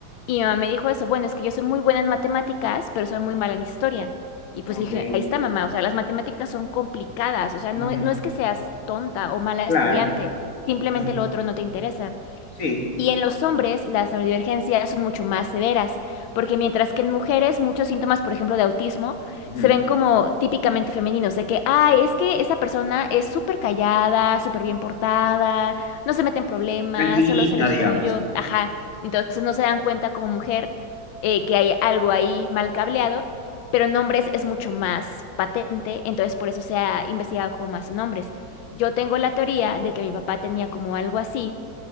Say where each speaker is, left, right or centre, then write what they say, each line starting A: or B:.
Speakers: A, on the left; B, on the left.
A: y mi mamá me dijo eso, bueno, es que yo soy muy buena en matemáticas, pero soy muy mala en historia, y pues le
B: Ok.
A: dije, ahí está, mamá, o sea, las matemáticas son complicadas, o sea, no,
B: Ujú.
A: no es que seas tonta o mala estudiante,
B: Claro.
A: simplemente
B: Pues,
A: lo otro no te interesa.
B: Sí.
A: Y en los hombres, las neurodivergencias son mucho más severas, porque mientras que en mujeres muchos síntomas, por ejemplo, de autismo,
B: Ujú.
A: se ven como típicamente femeninos, de que, ay, es que esa persona es súper callada, súper bien portada, no se mete en problemas,
B: Tranquilita,
A: solo hace lo
B: digamos.
A: suyo, ajá. Entonces no se dan cuenta como mujer eh, que hay algo ahí mal cableado, pero en hombres es mucho más patente, entonces por eso se ha investigado como más en hombres. Yo tengo la teoría de que mi papá tenía como algo así